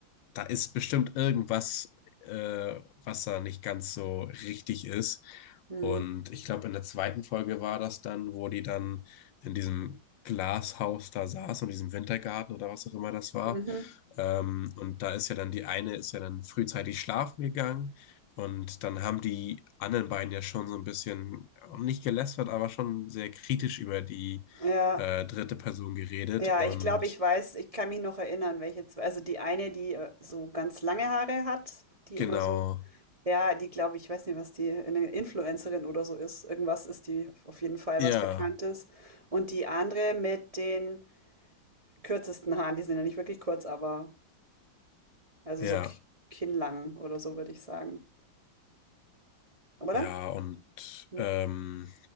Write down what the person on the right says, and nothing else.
Mhm.
Mhm.
Ja,
ja,
ich glaube, ich weiß, ich kann mich noch erinnern, welche zwei. Also die eine, die äh, so ganz lange Haare hat, die
immer so, ja, die glaube ich, weiß nicht, was die, eine Influencerin oder so ist. Irgendwas ist die auf jeden Fall
was Bekanntes. Und die andere mit den kürzesten Haaren, die sind ja nicht wirklich kurz, aber also
so ki- kinnlang oder so würde ich sagen. Oder?
Hm.